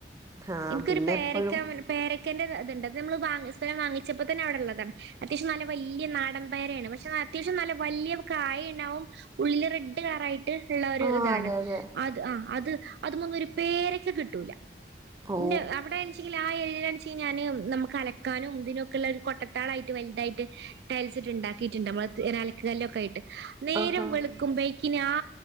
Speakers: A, on the right; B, on the right.
A: ആഹ്
B: ഇൻക്കൊരു
A: പിന്നെ
B: പേരൊക്കാ
A: എപ്പഴും
B: മരം പേരക്കന്റെ ഇത്ണ്ട് അത് നമ്മള് വാങ്ങി സ്ഥിരം വാങ്ങിച്ചപ്പോ തന്നെ അവിടെ ഉള്ളതാണ് അത്യാവശ്യം നല്ല വലിയ നാടൻപേരയാണ് പക്ഷെ അത്യാവശ്യം നല്ല വലിയ കായ ഉണ്ടാവും ഉള്ളില് റെഡ് കറയിട്ട് ഉള്ള ഒരു
A: ആഹ്
B: ഇതാണ്
A: അതെ അതെ
B: അത് ആഹ് അത്മുങ്ങരു പേരക്ക് കിട്ടൂല
A: ഓ
B: ഇണ്ട് അവിടെ ആ ഏയൽന്ന് വെച്ച ഞാന് നമുക്ക്‌ അലക്കാനും ഇതിനൊക്കെുള്ളരു കൊട്ടത്താളായിട്ട് വലുതായിട്ട് ടൈൽസ്ട്ട ഉണ്ടാക്കിയിട്ടുണ്ട് നമ്മള അലക്ക കല്ലൊക്കെ ആയിട്ട് നേരം
A: ആഹാ
B: വെളുക്കുമ്പോഴേക്കിന ആ